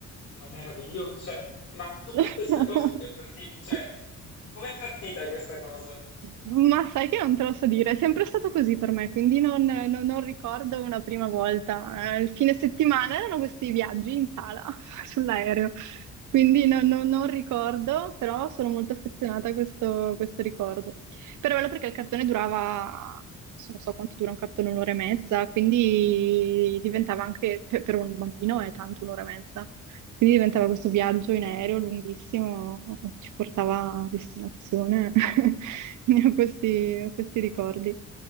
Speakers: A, on the left (about 50°); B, on the right (about 70°).
A: Ma meraviglioso, cioè, ma tutta
B: <laughs>
A: questa cosa come è partita? Cioè, com'è partita questa cosa?
B: Ma sai che non te lo so dire, è sempre stato così per me, quindi non, non- non ricordo una prima volta. Eh, il fine settimana erano questi viaggi in sala <laughs> sull'aereo, quindi no- no- non ricordo, però sono molto affezionata a questo, questo ricordo. Però è bello perché il cartone durava, se non so quanto dura un cartone, un'ora e mezza, quindi diventava anche, per, per un bambino è tanto un'ora e mezza, quindi diventava questo viaggio in aereo lunghissimo che ci portava a destinazione. <laughs> Ne ho questi, ho questi ricordi.